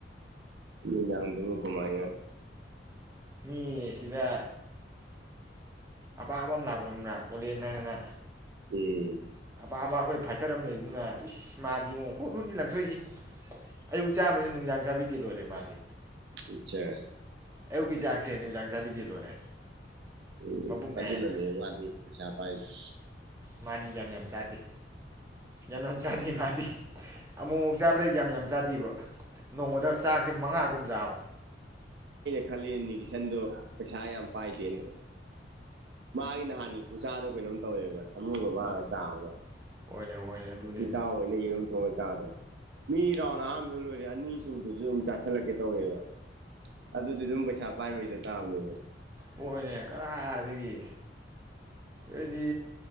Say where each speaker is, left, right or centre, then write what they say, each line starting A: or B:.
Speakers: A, on the right; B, on the right.
A: ꯅꯨꯃꯤꯗꯥꯡꯒꯤꯗꯨꯕꯨ ꯀꯃꯥꯏꯅ
B: ꯃꯤ ꯁꯤꯗ ꯑꯄꯥꯕ ꯑꯃ ꯂꯥꯛꯄꯔꯝꯕ꯭ꯔꯥ ꯑꯣꯜꯂꯦ ꯍꯥꯏꯅꯥꯗꯅ
A: ꯎꯝ
B: ꯑꯄꯥ ꯑꯕ ꯑꯩꯈꯣꯏ ꯐꯥꯏꯇꯔ ꯑꯃ ꯂꯩꯕꯅꯤꯅ ꯏꯁ ꯃꯥꯗꯤ ꯏꯡꯉꯣ ꯍꯨꯠ ꯍꯨꯠꯅꯤ ꯂꯪꯊꯣꯛꯏꯁꯤ ꯑꯌꯨꯛ ꯆꯥꯝꯃꯁꯨ ꯅꯨꯃꯤꯗꯥꯡ ꯆꯥꯕꯤꯗꯦ ꯂꯣꯏꯔꯦ ꯔꯤꯃꯥꯗꯤ
A: ꯑꯠꯆꯥ
B: ꯑꯌꯨꯛꯀꯔ ꯆꯥꯛꯁꯦ ꯅꯨꯃꯤꯗꯥꯡ ꯆꯥꯕꯤ <unintelligible> ꯂꯣꯏꯔꯦ
A: ꯎ
B: ꯃꯕꯨꯛ ꯅꯥꯏꯌꯦꯅ
A: ꯑꯗꯨꯖꯅ ꯂꯩ ꯌꯥꯗꯤ ꯄꯩꯁꯥ ꯐꯥꯏꯁꯦ
B: ꯃꯥꯗꯤ ꯌꯥꯝ ꯌꯥꯝ ꯆꯥꯗꯦ ꯌꯥꯝ ꯌꯥꯝ ꯆꯥꯗꯦ ꯃꯥꯗꯤ ꯑꯃꯨꯛꯐꯥꯎꯛ ꯆꯥꯕ꯭ꯔꯥ ꯌꯥꯝ ꯌꯥꯝ ꯌꯥꯥꯗꯤꯕ ꯅꯣꯡꯃꯗ ꯆꯥꯛꯇꯤ ꯃꯉꯥꯒꯨꯝꯖꯥꯕ
A: ꯈꯜꯂꯤꯅꯤꯒꯤꯁꯟꯗꯣ ꯄꯩꯁꯥ ꯌꯥꯝ ꯄꯥꯏꯗꯦꯅ ꯃꯥꯒꯤ ꯅꯍꯥꯟꯒꯤ ꯈꯨꯆꯥꯥꯗꯣ ꯀꯩꯅꯣꯝ ꯇꯧꯋꯦꯕ ꯃꯥꯁ ꯑꯃꯨꯒ ꯃꯥꯒ
B: ꯑꯣ
A: ꯆꯥꯕꯗꯣ
B: ꯍꯣꯏꯅꯦ ꯍꯣꯏꯅꯦ ꯑꯗꯨꯅꯦ
A: ꯏꯇꯥꯎ ꯑꯣꯏꯅ ꯌꯦꯔꯨꯝ ꯊꯣꯡꯉ ꯗ ꯃꯤꯔꯥꯎꯅ ꯁ ꯑꯗꯨꯁꯨ ꯑꯗꯨꯝ ꯆꯥꯁꯤꯜꯂꯛꯀꯦ ꯇꯧꯋꯦꯕ ꯑꯗꯨꯗꯤ ꯑꯗꯨꯝ ꯄꯩꯁꯥ ꯄꯥꯏꯔꯣꯏꯗ ꯇꯥꯕꯅꯦꯕ
B: ꯍꯣꯢꯅꯦ ꯀꯗꯥꯥꯏꯗꯒꯤ ꯑꯗꯨꯗꯤ